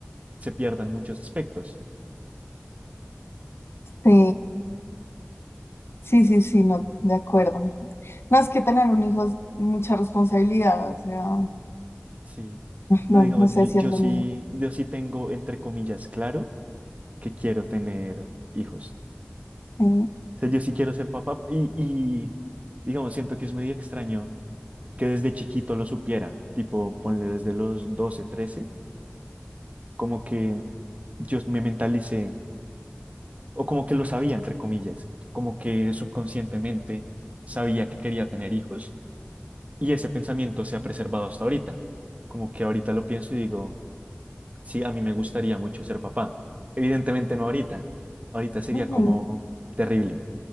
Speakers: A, on the right; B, on the left.
A: se pierda en muchos aspectos.
B: Sí, sí, sí, sí, no, de acuerdo. No, es que tener un hijo es mucha responsabilidad, o sea,
A: Sí, pero
B: no,
A: digamos,
B: no sé
A: yo,
B: si
A: yo
B: es lo
A: sí,
B: mío.
A: yo sí tengo, entre comillas, claro que quiero tener hijos.
B: Sí.
A: O sea, yo sí quiero ser papá y, y digamos, siento que es medio extraño que desde chiquito lo supiera, tipo, ponle desde los 12 trece como que yo me mentalicé o como que lo sabía, entre comillas, como que subconscientemente sabía que quería tener hijos y ese pensamiento se ha preservado hasta ahorita. Como que ahorita lo pienso y digo, sí, a mí me gustaría mucho ser papá. Evidentemente no ahorita, ahorita sería
B: Ujú.
A: como terrible,